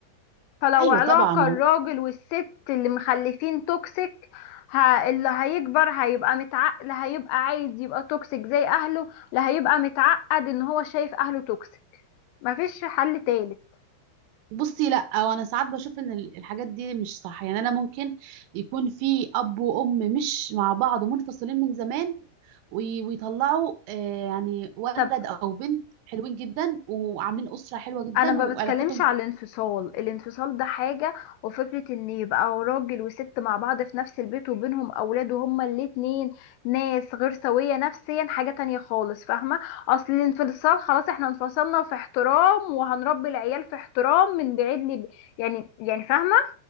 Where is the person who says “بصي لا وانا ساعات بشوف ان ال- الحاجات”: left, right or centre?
Right